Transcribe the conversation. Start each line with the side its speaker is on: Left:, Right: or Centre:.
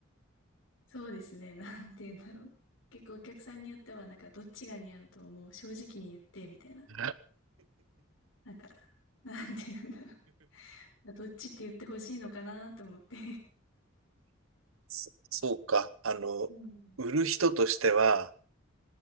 Left: そうですね。なんて言うんだろう。結構お客さんによっては、なんか、どっちが似合うと思う。正直に言って、みたいな。
Right: ろ。
Left: なんか、なんて言うんだろう。どっちって言ってほしいのかなって思って
Right: そそうか。あの、
Left: <laughs> うん。
Right: 売る人としては、